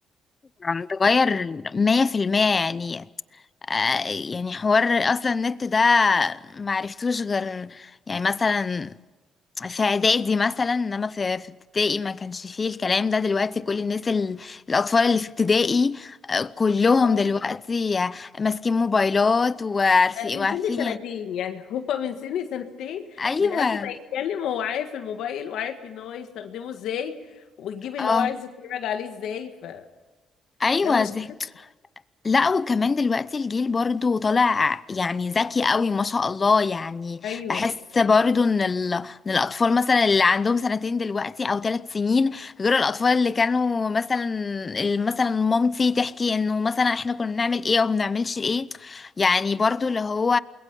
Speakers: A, on the left; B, on the left.
A: يعني تغير مية في المية يعني آه، يعني حوار اصلا النت ده معرفتوش غير يعني مثلا في اعدادي مثلا انما في في ابتدائي ما كانش فيه الكلام ده دلوقتي كل الناس ال- الاطفال اللي في ابتدائي آه، كلهم
B: اه
A: دلوقتي ماسكين موبايلات وعارفين
B: لا، من
A: وعارفين
B: سن سنتين
A: يعني
B: يعني <laughs> هو من سن سنتين
A: ايوه
B: من قبل ما يتكلم هو عارف الموبايل وعارف ان هو يستخدمه ازاي ويجيب اللي
A: اه
B: هو عايز يتفرج عليه ازاي فده
A: ايوه
B: مشكلة
A: دي لا وكمان دلوقتي الجيل برضو طالع يعني ذكي قوي ما شاء الله يعني
B: ايوه
A: بحس برضو ان ال... ان الاطفال مثلا اللي عندهم سنتين دلوقتي او ثلاث سنين غير الاطفال اللي كانوا مثلا ال- مثلا مامتي تحكي انه مثلا احنا كنا بنعمل ايه او بنعملش ايه يعني برضو اللي هو